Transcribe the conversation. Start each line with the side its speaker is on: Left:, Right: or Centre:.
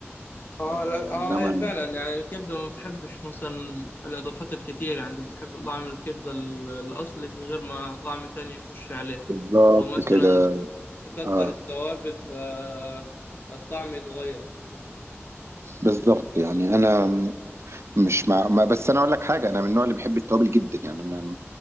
Left: اه
Right: آه،
Left: لا
Right: انما
Left: اه هي فعلا يعني الكبده ما بتحبش مثلا الاضافات الكتير يعني انت بتحب طعم الكبده ال- الاصلي من غير ما طعم تاني يخش عليه
Right: بالظبط
Left: او مثلا
Right: كده
Left: ت- تكتر
Right: اه
Left: التوابل فالطعم يتغير
Right: بالظبط يعني انا م- مش مع ما بس انا اقول لك حاجه انا من النوع اللي بحب التوابل جدا يعني انا